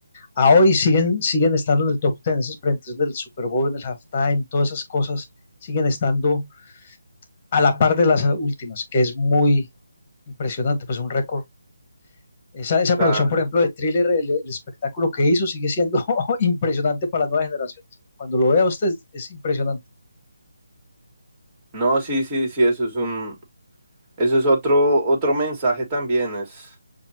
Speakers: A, on the left (about 30°); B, on the right (about 25°).
A: a hoy siguen, siguen estando en el top 10, esas presentaciones del Super Bowl, en el halftime, todas esas cosas siguen estando a la par de las últimas, que es muy impresionante, pues un récord. Esa, esa
B: Claro.
A: producción, por ejemplo, de Thriller, el, el espectáculo que hizo sigue siendo <laughs> impresionante para las nuevas generaciones. Cuando lo vea usted es, es impresionante.
B: No, sí, sí, sí, eso es un, eso es otro, otro mensaje también, es,